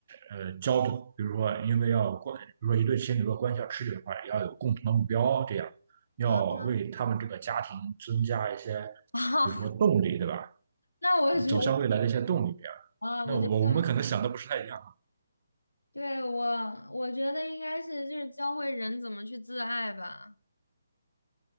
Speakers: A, on the right; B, on the left.
A: 呃教，比如说因为要关，比如说一对情侣如果关系要持久的话，也要有共同的目标，这样要为他们这个家庭增加一些，
B: 啊。<laughs>
A: 比如说动力，对吧？
B: 那我觉得
A: 走向未来的一些动力。
B: 啊，
A: 那我我们可能想的不是太一样。
B: 我觉得对我，我觉得应该是就是教会人怎么去自爱吧。